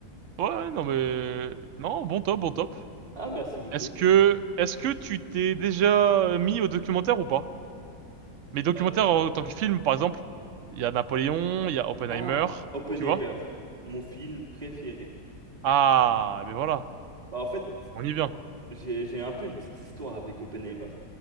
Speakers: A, on the right (about 60°); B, on the right (about 25°).
A: Ouais, ouais, non mais... Non, bon top, bon top.
B: Ah, merci beaucoup.
A: Est-ce que, est-ce que tu t'es déjà mis au documentaire ou pas? Mais documentaire
B: Euh,
A: en tant que film, par exemple, il y a Napoléon,
B: ok.
A: il y a Oppenheimer,
B: Ah, Oppenheimer,
A: tu vois?
B: mon film préféré.
A: Ah, mais voilà,
B: Bah, en fait,
A: on y vient.
B: j'ai j'ai un peu une petite histoire avec Oppenheimer.